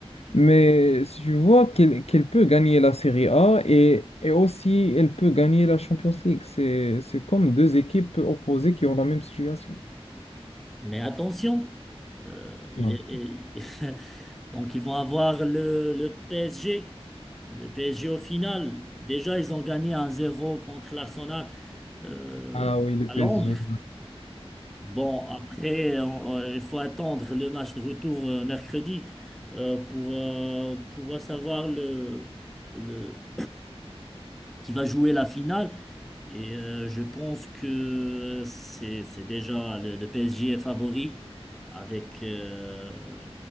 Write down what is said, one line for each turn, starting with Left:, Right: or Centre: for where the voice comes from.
Left: Mais si tu vois qu'elle qu'elle peut gagner la Serie A et, et aussi elle peut gagner la Champions League, c'est c'est comme deux équipes opposées qui ont la même situation.
Centre: Mais attention, euh, il
Left: Non.
Centre: est, <laughs> donc ils vont avoir le, le PSG. Le PSG au final, déjà ils ont gagné un zéro contre l'Arsenal euh,
Left: Ah oui, le
Centre: à
Left: PSG.
Centre: Londres. Bon, après, on- euh, il faut attendre le match de retour euh, mercredi euh, pour euh, pouvoir savoir le, le, qui va jouer la finale. Et euh, je pense que c'est c'est déjà le, le PSG est favori avec euh,